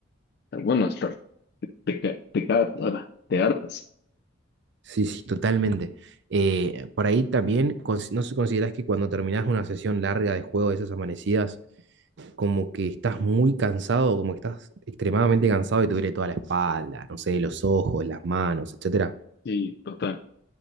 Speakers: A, on the left; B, on the right.
A: bueno, hasta te, ca- te, ca- ahora, te hartas.
B: Sí, sí, totalmente. Eh, por ahí también, cons- ¿no se consideras que cuando terminas una sesión larga de juego de esas amanecidas, como que estás muy cansado, como que estás extremadamente cansado y te duele toda la espalda, no sé, los ojos, las manos, etcétera?
A: Y total,